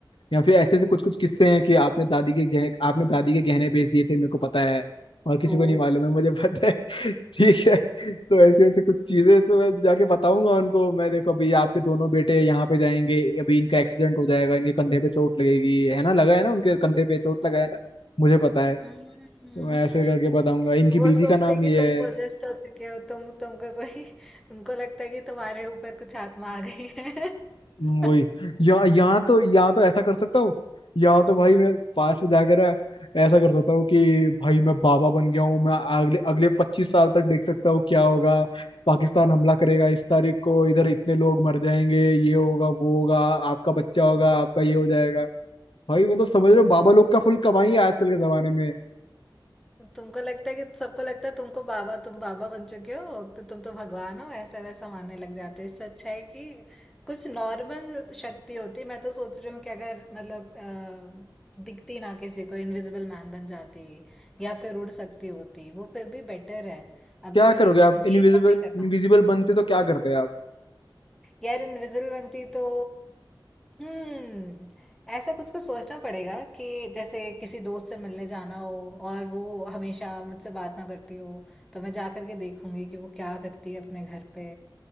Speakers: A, on the left (about 75°); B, in the centre.
A: या फिर ऐसे ऐसे कुछ कुछ किस्से हैं कि आपने दादी के गह, आपने दादी के गहने बेच दिए थे मेरे को पता है और किसी
B: ओ
A: को नहीं मालूम है मुझे पता है <laughs> ठीक है तो ऐसे ऐसे कुछ चीजें तो मैं जाके बताऊंगा उनको मैं देखो अभी आपके दोनों बेटे यहाँ पे जाएंगे अभी इनका एक्सीडेंट हो जाएगा इनके कंधे पे चोट लगेगी है ना लगा है ना उनके कंधे पे चोट लगा है ना मुझे पता है
B: हम्म
A: तो मैं
B: <laughs>
A: ऐसे करके बताऊंगा इनकी
B: वो
A: बीवी
B: सोचते
A: का नाम
B: कि
A: ये
B: तुम
A: है
B: पोजेस्ट हो चुके हो तुम तुमको कोई उनको लगता है कि तुम्हारे ऊपर कुछ आत्मा आ गई है <laughs>
A: हम्म, वही या यहाँ तो यहाँ तो ऐसा कर सकता हूँ यहाँ तो भाई मैं पास में जाकर ना ऐसा कर सकता हूँ कि भाई मैं बाबा बन गया हूँ मैं अगले अगले पच्चीस साल तक देख सकता हूँ क्या होगा पाकिस्तान हमला करेगा इस तारीख को इधर इतने लोग मर जाएंगे ये होगा वो होगा आपका बच्चा होगा आपका ये हो जाएगा भाई मतलब समझ रहे हो बाबा लोग का फुल कमाई है आजकल के जमाने में
B: तुमको लगता है कि सबको लगता है तुमको बाबा तुम बाबा बन चुके हो कि तुम तो भगवान हो ऐसा वैसा मानने लग जाते हैं इससे अच्छा है कि कुछ नॉर्मल शक्ति होती मैं तो सोच रही हूँ कि अगर मतलब अ, दिखती ना किसी को इनविजिबल मैन बन जाती या फिर उड़ सकती होती वो फिर भी बेटर है अभी
A: क्या करोगे आप
B: ये
A: इनविजिबल
B: सब नहीं करना
A: इनविजिबल बनते तो क्या करते
B: यार इनविजिबल बनती तो हम्म ऐसा कुछ कुछ सोचना पड़ेगा कि जैसे किसी दोस्त से मिलने जाना हो और वो हमेशा मुझसे बात ना करती हो तो मैं जा करके देखूंगी कि वो क्या करती है अपने घर पे